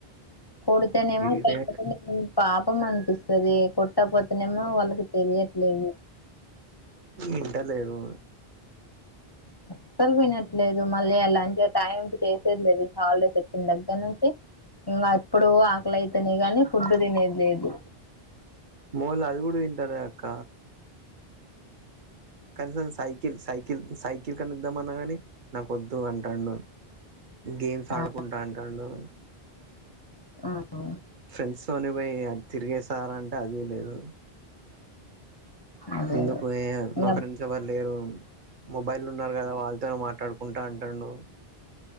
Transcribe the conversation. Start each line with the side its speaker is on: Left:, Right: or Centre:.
Left: కొడితేనేమో
Right: ఇదే
Left: ఉమ్ మ్ పాపం అనిపిస్తది కొట్టకపోతేనేమో వాళ్ళకి తెలియట్లేదు
Right: ఇంట లేరు
Left: అస్సలు వినట్లేదు మళ్ళీ ఆ లంచ్ టైం కి చేసేది లేదు హాలిడేస్ వచ్చిన దగ్గర నుంచి ఇంగా అప్పుడు ఆకలైతేనే గానీ ఫుడ్డు తినేది లేదు
Right: మా వొళ్ళు అది కూడా తింటలేరు అక్క కనీసం సైకిల్ సైకిల్ సై కెలుద్దాం అన్నా కాని నాకు వద్దు అంటాడు గేమ్స్ ఆడుకుంటా
Left: ఆ
Right: అంటాడు
Left: ఆ అ
Right: ఫ్రెండ్స్తోనే పోయి తిరిగేశార అంటే అది లేదు
Left: అదే
Right: ఎందుకు
Left: అదే
Right: ఎ
Left: ఇంకా
Right: మా ఫ్రెండ్స్ ఎవరు లేరు మొబైల్ లో ఉన్నారు కదా వాళ్ళతోనే మాట్లాడుకుంటా అంటుండు